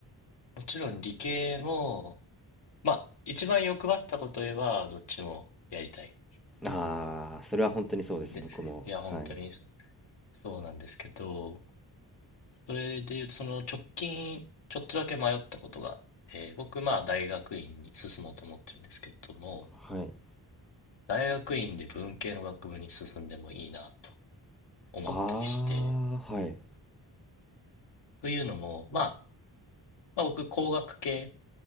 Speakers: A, on the left; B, in the centre.
A: もちろん理系も、まあ、一番欲張ったこと言えば、どっちもやりたい
B: ああ、それは本当にそうです、
A: んです。
B: 僕も。
A: いや、本当にそ
B: はい。
A: そうなんですけど、それで言うと、その直近、ちょっとだけ迷ったことがあって、僕、まあ、大学院に進もうと思ってるんですけども、
B: はい。
A: 大学院で文系の学部に進んでもいいなと思ったりして、
B: ああ、はい。
A: というのも、まあ、まあ、僕、工学系